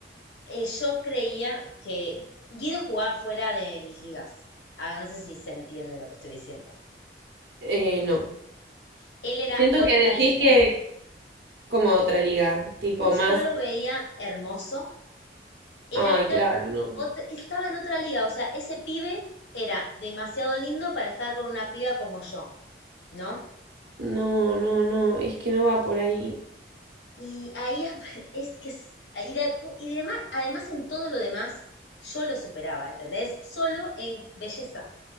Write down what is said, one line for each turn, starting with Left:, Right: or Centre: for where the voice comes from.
Left: Eh, yo creía que Guido jugaba fuera de mis ligas. Ah, no sé si se entiende lo que estoy diciendo.
Right: Eh, no.
Left: Él era
Right: Siento
Left: otra
Right: que decís
Left: liga.
Right: que como otra liga, tipo
Left: Él- Yo
Right: más...
Left: lo veía hermoso. Era,
Right: Ay,
Left: era
Right: claro.
Left: ot- estaba en otra liga. O sea, ese pibe era demasiado lindo para estar con una piba como yo, ¿no?
Right: No, no, no, es que no va por ahí.
Left: Y ahí ap- <laughs> es que es- y, de, pu- y demás, además en todo lo demás, yo lo superaba, ¿entendés? Solo en belleza.